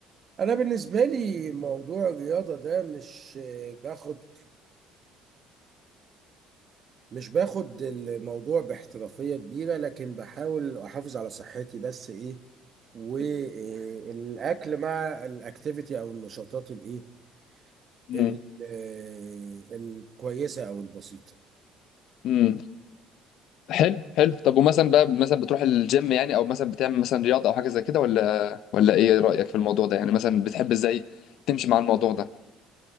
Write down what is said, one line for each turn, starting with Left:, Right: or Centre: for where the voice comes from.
Right: انا بالنسبة لي موضوع الرياضة ده مش آه، باخد مش باخد الموضوع باحترافية كبيرة لكن بحاول أحافظ على صحتي بس إيه والأكل مع الأكتيفيتي أو النشاطات الإيه
Left: امم
Right: ال- آه، الكويسة أو البسيطة
Left: أمم. حلو حلو طب ومثلا بقى مثلا بتروح الجيم يعني او مثلا بتعمل مثلا رياضه او حاجه زي كده ولا ولا ايه رايك في الموضوع ده يعني مثلا بتحب ازاي تمشي مع الموضوع ده